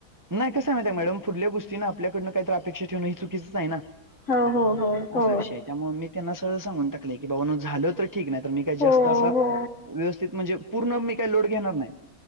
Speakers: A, on the right (about 15°); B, on the left (about 50°).
A: नाही कसं माहित आहे मॅडम, पुढल्या गोष्टीं ना आपल्याकडन काहीतर अपेक्षा ठेवण हे चुकीचच आहे ना.
B: हो हो हो हो
A: असा विषय हाय त्यामुळ मी त्यांना सरळ सांगून टाकलय की, बाबानु झालं तर ठीक नाही तर मी काही जास्त
B: हो
A: असा
B: हो
A: व्यवस्थित म्हणजे पूर्ण मी काही लोड घेणार नाही.